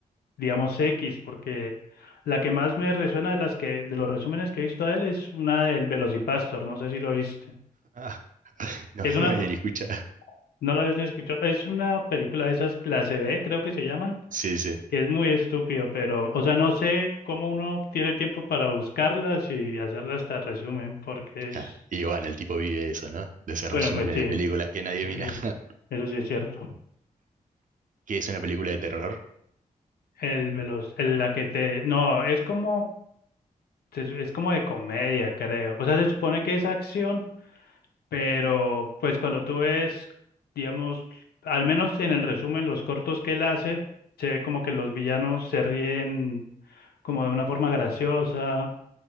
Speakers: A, on the left (about 80°); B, on the right (about 55°).
A: digamos, X, porque la que más me resuena de las que, de los resúmenes que he visto de él es una del Velocipastor, no sé si lo viste.
B: Ah, <laughs> no,
A: Es una,
B: no había
A: ton-
B: ni escuchado.
A: no lo habías ni escuchado, es una película de esas clase B, creo que se llaman,
B: Sí, sí.
A: que es muy estúpido, pero, o sea, no sé cómo uno tiene tiempo para buscarlas y hacerlas hasta resumen, porque es,
B: Ja. Y bueno, el tipo vive eso, ¿no? De hacer
A: bueno,
B: resúmenes
A: pues sí,
B: de películas que nadie
A: eso
B: mira.
A: sí,
B: <laughs>
A: eso sí es cierto.
B: ¿Qué es una película de terror?
A: El veloz, el- la que te, no, es como, es es como de comedia, creo. O sea, se supone que es acción, Pero pues cuando tú ves, digamos, al menos en el resumen, los cortos que él hace, se ve como que los villanos se ríen como de una forma graciosa.